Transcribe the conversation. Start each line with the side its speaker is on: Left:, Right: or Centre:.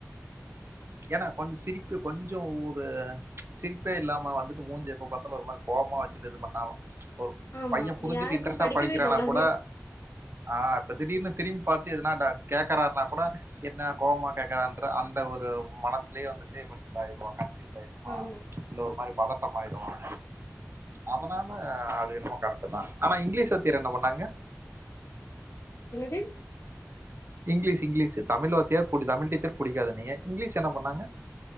Right: ஏனா கொஞ்ச சிரிப்பு கொஞ்சோ ஒரு சிரிப்பே இல்லாம வந்துட்டு மூஞ்ச எப்ப பாத்தலு ஒருமாரி கோவமா வச்சுட்டு இது பண்ணாம ஒரு
Left: ஆமா
Right: பைய புரிஞ்சுட்டு
Left: யாருக்கு
Right: இன்ட்ரெஸ்ட்டா
Left: படிக்கவே
Right: படிக்கிறானா
Left: தோணாது
Right: கூட ஆ இப்ப திடீர்னு திரும்பி பாத்து எதுனாட கேக்கறாருனா கூட என்ன கோவமா கேக்கறான் று அந்த ஒரு மனசுலே வந்துட்டே கொஞ்ச இதாயிருவா கன்ஃப்யூஸ் ஆயிருவா
Left: ஆமா
Right: இல்ல ஒரு மாரி பதட்டமாயிருவாங்க அதனால அது ரொம்ப கரெட்டு தா ஆனா இங்கிலீஷ் வாத்தியர் என்ன பண்ணாங்க
Left: என்னது
Right: இங்கிலீஷ் இங்கிலீஷு தமிழ வாத்தியார் புடி தமிழ் டீச்சர் புடிக்காதுன்னீங்க இங்கிலீஷ் என்ன பண்ணாங்க